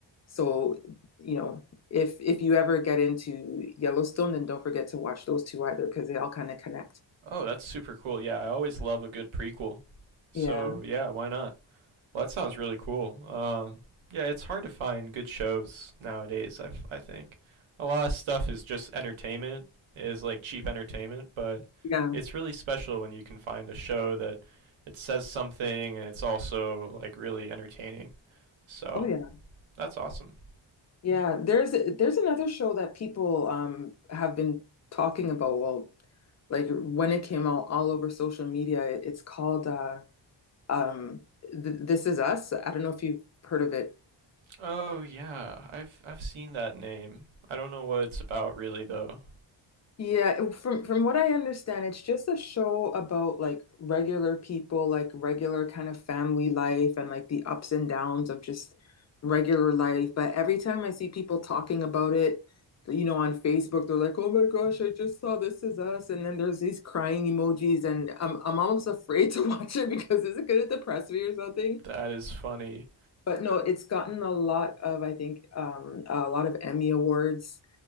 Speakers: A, on the left; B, on the right.
A: So, you know, if if you ever get into Yellowstone, then don't forget to watch those two either because they all kind of connect.
B: Oh, that's super cool. Yeah, I always love a good prequel. So,
A: Yeah.
B: yeah, why not? Well, that sounds really cool. Um, yeah, it's hard to find good shows nowadays, I I think. A lot of stuff is just entertainment, is like cheap entertainment, but
A: Yeah.
B: it's really special when you can find a show that it says something and it's also like really entertaining. So,
A: Oh yeah.
B: that's awesome.
A: Yeah, there's there's another show that people um have been talking about. Well, like when it came out all over social media, it's called uh um Th This Is Us. I don't know if you've heard of it.
B: Oh, yeah. I've I've seen that name. I don't know what it's about really though.
A: Yeah, uh, from from what I understand, it's just a show about like regular people, like regular kind of family life and like the ups and downs of just regular life. But every time I see people talking about it, you know, on Facebook, they're like, "Oh my gosh, I just saw This Is Us," and then there's these crying emojis, and I'm I'm almost <laughs> afraid to watch it because is it gonna depress me or something?
B: That is funny.
A: But no, it's gotten a lot of, I think, um, a lot of Emmy awards